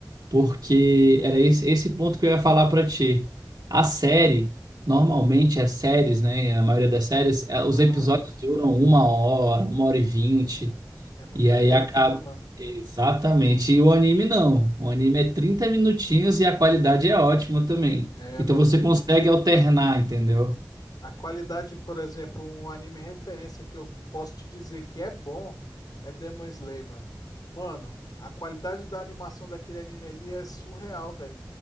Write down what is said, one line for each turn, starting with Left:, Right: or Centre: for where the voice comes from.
Right: porque era esse, esse ponto que eu ia falar para ti. A série, normalmente as séries, né, a maioria das séries, eh,
Left: Aham.
Right: os episódios duram uma hora, uma hora e vinte,
Left: É muito
Right: e aí
Left: tempo,
Right: acaba.
Left: né, mano?
Right: Exatamente. E o anime não. O anime é 30 minutinhos e a qualidade é ótima também.
Left: É,
Right: Então
Left: mano,
Right: você
Left: tu,
Right: consegue alternar, entendeu?
Left: A qualidade, por exemplo, um anime referência que eu posso te dizer que é bom é Demon Slayer, mano. Mano, a qualidade da animação daquele anime ali é surreal, velho.